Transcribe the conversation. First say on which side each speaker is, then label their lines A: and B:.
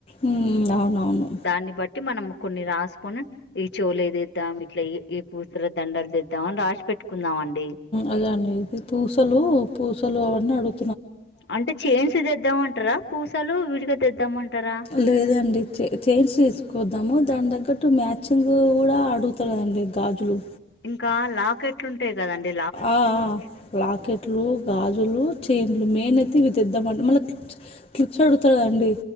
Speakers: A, on the left; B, on the left.
A: ఉం అవునవును
B: దాన్ని బట్టి మనం కొన్ని రాసుకొని ఈ చేవులవి తేద్దాం ఇట్లా పూసల దండలు తెద్దాం అని రాసి పెట్టుకుందాం అండి
A: అదే అండి ఇ పూసలు పూసలు అవన్నీ అడుగు
B: అంటే చెంచి ఏ తెద్దామంటరా పూసలు విడిగా తెద్దామంటారా
A: లేదండి చేంచి తిసుకొద్దాం దాని తగ్గట్టు మ్యాచ్ మాచింగ్ కూడా అడుగుతురండి గాజులు
B: ఇంకా లాకెట్ లుంటై కదండి
A: ఆ ఆ లాకెట్లు గాజులు చైన్లు మెయిన్ అయితే ఇవిదిద్దామంటే మళ్ళీ క్లిప్స్ అడుగుతురండి